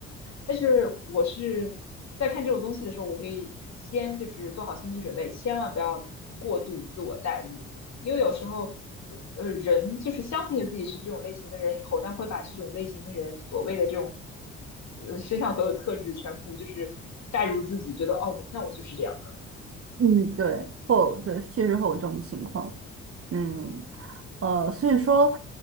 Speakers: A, on the left; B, on the right.
A: 但是我是在看这种东西的时候，我会先就是做好心理准备，千万不要过度自我代入，因为有时候呃呃人就是相信了自己是这种类型的人以后，那会把这种类型的人所谓的这种呃身上所有的特质全部就是代入自己，觉得哦我那我就是这样的，
B: 嗯，对，会有对，确实会有这种情况。嗯，呃，所以说，